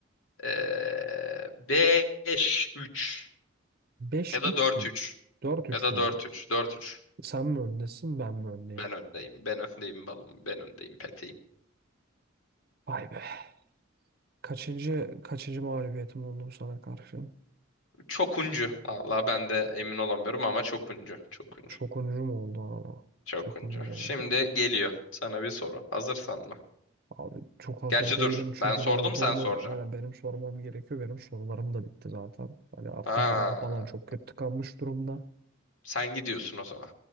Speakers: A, on the left; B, on the right.
A: Ee, 5-3
B: Beş
A: ya da
B: üç
A: 4-3
B: mü? Dört üç
A: ya da
B: mü
A: 4-3.
B: oldu?
A: 4-3.
B: Sen mi öndesin, ben mi öndeyim?
A: Ben öndeyim. Ben öndeyim balım. Ben öndeyim peteyim.
B: Vay be. Kaçıncı kaçıncı mağlubiyetim oldu sana karşı?
A: Çokuncu. Valla ben de emin olamıyorum ama çokuncu. Çokuncu.
B: Çok oyuncu mu oldu ama?
A: Çokuncu.
B: Çok oyuncu demek
A: Şimdi
B: öyle.
A: geliyor. Sana bir soru. Hazırsan mı?
B: Abi çok hazır
A: Gerçi
B: değilim
A: dur.
B: çünkü
A: Ben sordum
B: benim
A: sen
B: burnum
A: soracaksın.
B: yani benim sormam gerekiyor. Benim sorularım da bitti zaten. Hani artı
A: Aa,
B: burnum falan çok kötü tıkanmış durumda.
A: sen gidiyorsun o zaman.